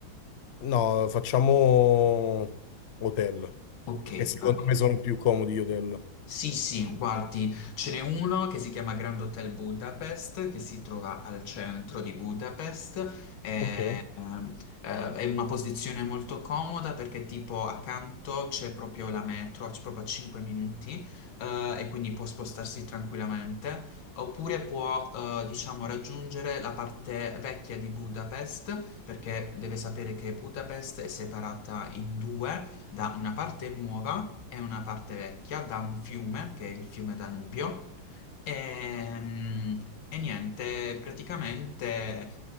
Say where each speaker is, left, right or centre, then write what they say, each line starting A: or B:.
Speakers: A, on the left (about 65°); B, on the left (about 80°).
A: no, facciamo hotel,
B: Ok,
A: che secondo
B: va bene.
A: me sono più comodi gli hotel.
B: Sì, sì, guardi, ce n'è uno che si chiama Grand Hotel Budapest, che si trova al centro di Budapest, è,
A: Ok.
B: ehm, eh, è in una posizione molto comoda perché tipo accanto c'è proprio la metro, c'è proprio a 5 minuti, eh, e quindi può spostarsi tranquillamente, oppure può, eh, diciamo, raggiungere la parte vecchia di Budapest, perché deve sapere che Budapest è separata in due da una parte nuova è una parte vecchia da un fiume, che è il fiume Danubio, e, mm, e niente, praticamente